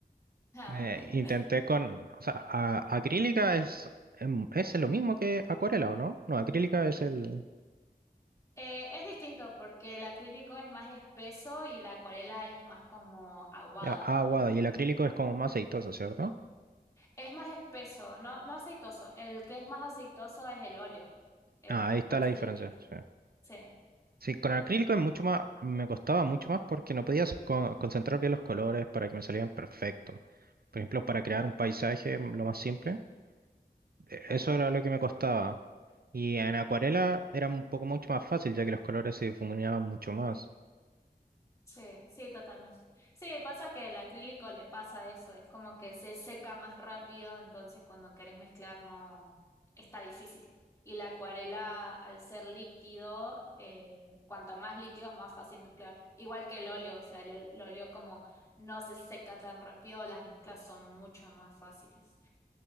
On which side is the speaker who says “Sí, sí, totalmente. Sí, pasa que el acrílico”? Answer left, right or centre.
Left